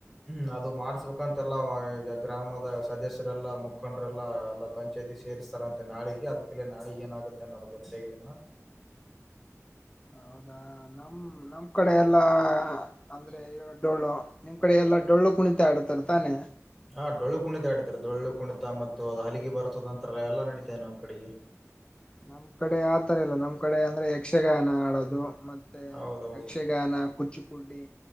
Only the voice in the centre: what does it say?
ಹ್ಮ ಅದು ಮಾಡ್ಸ್ಬೇಕಂತೆಲ್ಲ ಈಗ ಗ್ರಾಮದ ಸದಸ್ಯರೆಲ್ಲಾ ಮುಖಂಡರೆಲ್ಲಾ ಎಲ್ಲ ಪಂ ಪಂಚಾಯತಿ ಸೇರಿಸ್ತಾರಂತೆ ನಾಳಿಗೆ ಅದಕಲ್ಲೇ ನಾಳಗ್ ಏನಾಗತ್ತೆ ಅನ್ನೋದು ಗೊತ್ತಾಗಿಲಿ ಇನ್ನ್
ಹಾ ಡೊಳ್ಳು ಕುಣಿತ ಆಡಿತಾರೆ ಡೊಳ್ಳು ಕುಣಿತ ಮತ್ತು ಅದು ಹಲಿಗಿ ಬರತದಂತ್ರ ಎಲ್ಲ ನಡಿತದೆ ನಮ್ಮ್ ಕಡಿಗಿ
ಹೌದೌದು